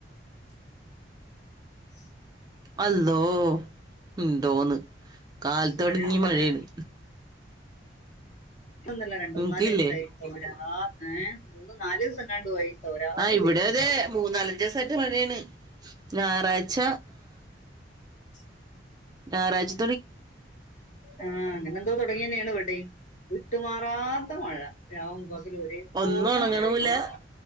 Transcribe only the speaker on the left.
<unintelligible>
മഴയുണ്ടല്ലേ
ന്നല്ല രണ്ട്,
മൂന്നാല്, ഈസായി, തോരാ, ഏ, ആഹ്, മൂന്ന്, നാല്, ദിവസ തോരാതെ
പെയ്യുന്ന
ഒരാളത്
<unintelligible>
ആ, അങ്ങനെന്തോ, തു ങ്ങന്നേണ്, വടേം, വിട്ടുമാറാത്ത, മഴ, രാവും, പക രൊരേപോലെ,
മഴേണ്,